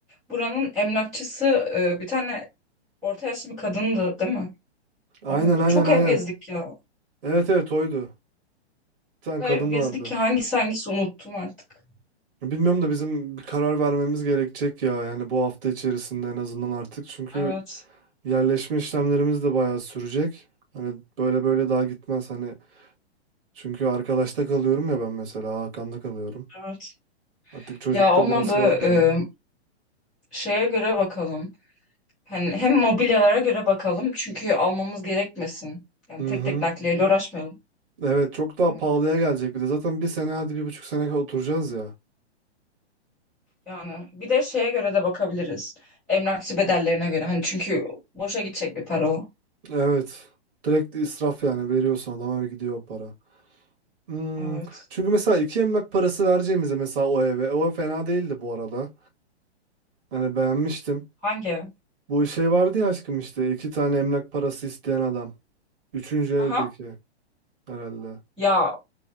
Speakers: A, in the centre; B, on the right.
A: buranın emlakçısı e, bir tane orta yaşlı bir kadındı değil mi?
B: Aynen
A: O muydu?
B: aynen
A: Çok
B: aynen.
A: ev gezdik ya.
B: Evet evet oydu. Bir tane
A: kadar
B: kadın
A: ev
B: vardı.
A: gezdik ki hangisi hangisi unuttum artık.
B: Bilmiyorum da bizim bir karar vermemiz gerekecek ya yani bu hafta içerisinde en azından artık çünkü
A: Evet,
B: Yerleşme işlemlerimiz de bayağı sürecek. Hani böyle böyle daha gitmez. Hani çünkü arkadaşta kalıyorum ya ben mesela Hakan'da kalıyorum.
A: evet.
B: Artık çocuk
A: Ya olmadı
B: da biraz şey yapıyor.
A: e, şeye göre bakalım. Hani hem mobilyalara göre bakalım çünkü almamız gerekmesin. Yani
B: Hı hı.
A: tek tek nakliyeyle uğraşmayalım,
B: Evet çok daha
A: değil mi?
B: pahalıya gelecek bir de. Zaten bir sene hadi bir buçuk sene oturacağız ya.
A: Yani bir de şeye göre de bakabiliriz. Emlakçı bedellerine göre. Hani çünkü boşa gidecek bir para o.
B: Evet. Direkt israf yani veriyorsun adama ve gidiyor o para. Hmm.
A: Evet.
B: Çünkü mesela iki emlak parası vereceğimize mesela o eve. O ev fena değildi bu arada. Hani beğenmiştim.
A: Hangi? ev?
B: Bu şey vardı ya aşkım işte iki tane emlak parası isteyen adam. Üçüncü evdeki.
A: Aha.
B: Herhalde.
A: Ya